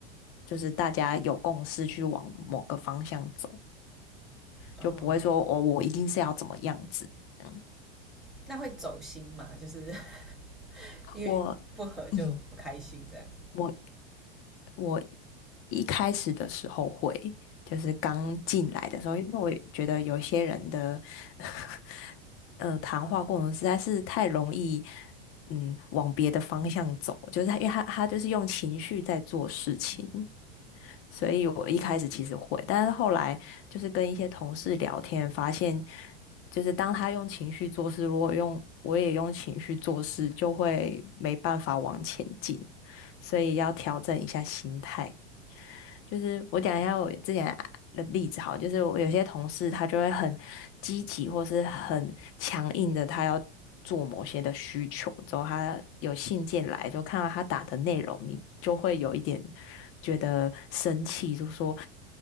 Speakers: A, on the left; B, in the centre.
A: 就是大家有共识去往某个方向走，
B: 哦，
A: 就不会说我、我一定是要怎么样子，嗯，
B: 那会走心吗？就是 <laughs> 因为不合就不开心这样。
A: 我嗯。我我一开始的时候会，就是刚进来的时候，因为我也觉得有些人的 <laughs> 呃谈话过程实在是太容易，嗯，往别的方向走，就是他因为他他就是用情绪在做事情，所以我一开始其实会，但是后来就是跟一些同事聊天，发现就是当他用情绪做事，如果用我也用情绪做事，就会没办法往前进。所以要调整一下心态。就是我讲一下我之前的例子好了就是我有些同事他就会很积极或是很强硬的，他要做某些的需求，之后他有信件来，就看到他打的内容，你就会有一点觉得生气，就说